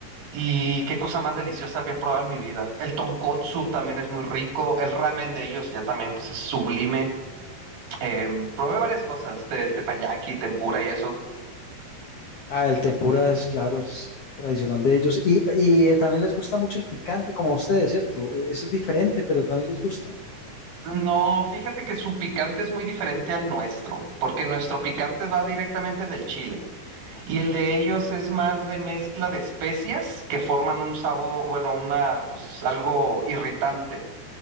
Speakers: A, on the right (about 65°); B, on the left (about 65°).
A: Y qué cosa más deliciosa había probado en mi vida. El tonkotsu también es muy rico. El ramen de ellos ya también pues, es sublime. Eh, probé varias cosas, del teppanyaki, tempura y eso.
B: Ah, el tempura es, claro, es tradicional de ellos. Y, y eh, también les gusta mucho el picante, como a ustedes, ¿cierto? Eso es diferente, pero también les gusta.
A: No, fíjate que su picante es muy diferente al nuestro, porque nuestro picante va directamente del chile y el de ellos es más de mezcla de especias que forman un sabor, bueno, una, pues algo irritante.